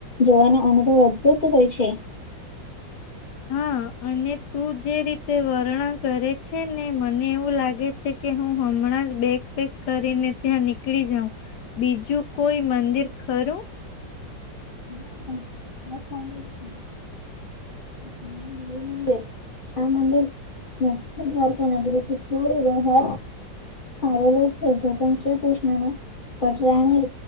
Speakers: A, on the left; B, on the left.
A: જોવાનો અનુભવ અદભૂત હોય છે.
B: હા અને તું જે રીતે વર્ણન કરે છે ને મને એવું લાગે છે. કે હું હમણાં જ બેગ પેગ કરીને ત્યાં નીકળી જાઉં બીજું કોઈ મંદિર ખરું
A: હા. હા સાચું છે. <unintelligible> આ મંદિર <unintelligible> થોડું વધારે હવે આવેલું છે જ શ્રી કૃષ્ણના પતરાની